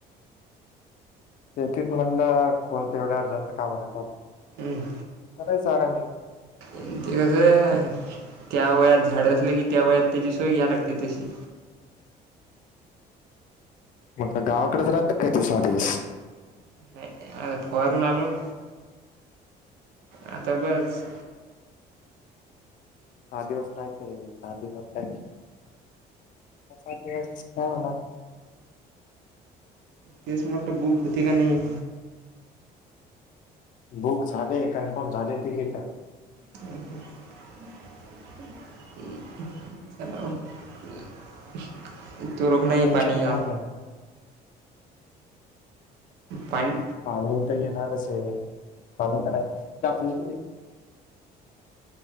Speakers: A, on the left; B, on the right.
A: हो तेच म्हणला कोणते एवढे अर्जंट काम आल पाहू.
B: हम्
A: आता <unintelligible>
B: ते कसं त्या वयात झाडं असलं की त्या वयात त्याची सोय घ्यायला लागते तशी.
A: मग काय गावाकड जर आता काय तू सहा दिवस.
B: नाही आता फावरून आलो मी आता बस
A: सहा दिवस राहायचे रे सहा दिवसात काय पाच दिवस काय होणार
B: तेच म्हटलं बुक होती का नाई.
A: बुक झालय कन्फर्म झालय तिकीट टाक.
B: <unintelligible> तु रुग्णई
A: टेन्शन
B: पाणी
A: काय
B: य
A: नाही
B: पाणी
A: पाणी तर येणारच ये. अजून त काय <unintelligible>